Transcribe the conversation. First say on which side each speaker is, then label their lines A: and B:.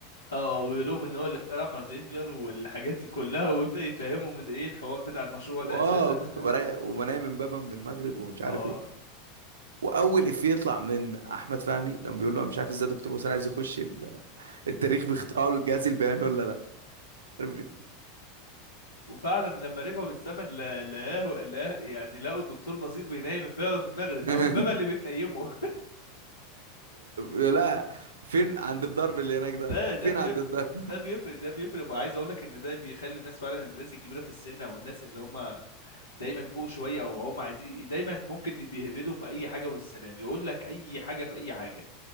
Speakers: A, on the left; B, on the right.
A: اه ويقولهم ان هو اللي اخترع مازينجر والحاجات دي كلها ويبدأ يفهمهم من ايه الحوار بتاع المشروع ده
B: واه
A: اساسا
B: كنت
A: <laughs>
B: بريق وبنام من بابا من المغرب ومش عارف
A: اه
B: ايه واول افيه يطلع من احمد فهمي لما بيقول له أنا مش عارف ازاي دكتور وسام عايز يخش ال- التاريخ باختراعه للجهاز البياني ولا ده عارف يقول
A: وفعلا لما رجعوا بالزمن لا- لقاه لا يعني لقوا الدكتور بصير بينام امبابة من المغرب
B: <laughs>
A: او امبابة اللي بتنيمه
B: له لا فين عند الضرب اللي
A: <laughs>
B: هناك ده
A: ده ده
B: فين
A: بي
B: عند الضرب
A: ده بيفرق ده بيفرق وعايز اقول لك ان ده بيخلي الناس فعلا الناس الكبيره في السن او الناس اللي هم دايما فوق شويه او هم عايزين دايما ممكن بيهبدوا في اي حاجه والسلام يقول لك اي حاجه في اي حاجه